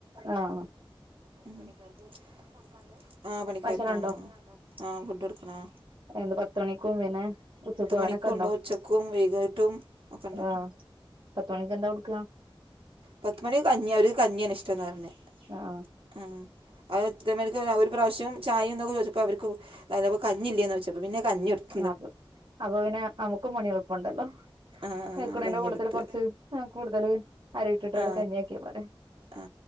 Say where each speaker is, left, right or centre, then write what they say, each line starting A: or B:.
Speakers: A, on the right; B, on the right.
A: ആഹ്.
B: പണിക്കാർക്ക് കൊടുക്കാനുണ്ട്ആഹ് പണിക്കാർക്ക്
A: ഭക്ഷണണ്ടോ
B: വേണോ? ആഹ് ഫുഡ്‌ കൊടുക്കണൊ
A: എന്ത് പത്തുമണിക്ക് മുമ്പിനെ ഉച്ചു പോവാനൊക്കെ
B: മണിക്കും
A: ഉണ്ടോ
B: ഉണ്ടാവും ഉച്ചക്കും വൈകിട്ടും ഒക്കെ ഉണ്ട്
A: ആഹ്. പത്തുമണിക്ക് എന്താ കൊടുക്ക്‌ക.
B: പത്തുമണിക്ക് കഞ്ഞി അവര്ക്ക് കഞ്ഞിയാണ് ഇഷ്ടംന്നാ പറഞ്ഞെ.
A: ആ ആ.
B: ഉം ആ എത്തുമ്പേലേക്കും ഒരു പ്രാവശ്യം ചായ എന്നൊക്കെ ചോദിച്ചപ്പോ അവർക്ക്. തലൊപ്പോ കഞ്ഞില്ലെന്നോച്ചപ്പോ പിന്നെ കഞ്ഞിടുത്ത്.
A: അപ്പ അപ്പൊ പിന്നെ നമുക്കും പണി എളുപ്പോണ്ടല്ലോ
B: ആ
A: വെക്കണേന്റെ
B: കഞ്ഞി
A: കൂട്ടത്തില്
B: എടുത്ത്
A: കുറച്ച്. ആ കൂടുതല് അരിയിട്ടിട്ടടു
B: ആ
A: കഞ്ഞിയാക്കിയാ പോരെ.
B: ആ